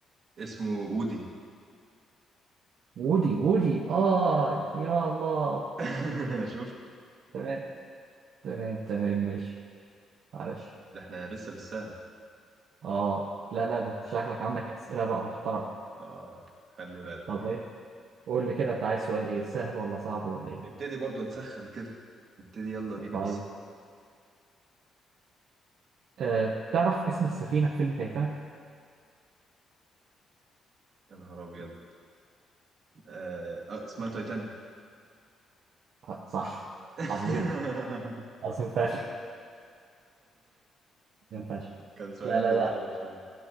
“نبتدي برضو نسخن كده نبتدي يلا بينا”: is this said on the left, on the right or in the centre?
Right